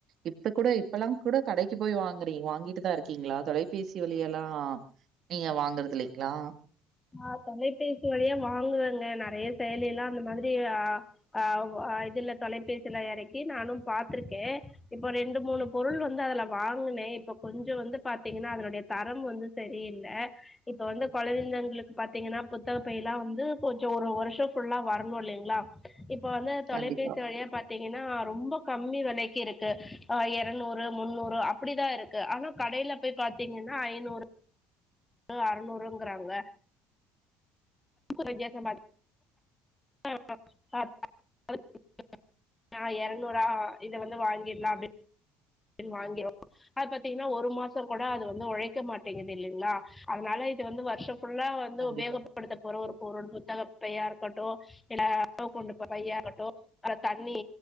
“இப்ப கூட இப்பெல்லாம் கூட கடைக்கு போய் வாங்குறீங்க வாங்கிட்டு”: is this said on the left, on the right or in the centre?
Right